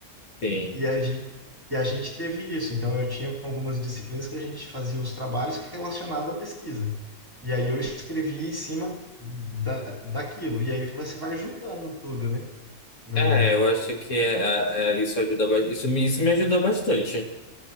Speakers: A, on the left; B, on the right.
A: sim.
B: E a gente, e a gente teve isso. Então, eu tinha algumas disciplinas que a gente fazia os trabalhos relacionados à pesquisa. E aí eu escrevia em cima da, daquilo. E aí você vai juntando tudo, né? No,
A: É, eu acho que é, é, isso ajuda, ba- isso me, isso me ajuda bastante.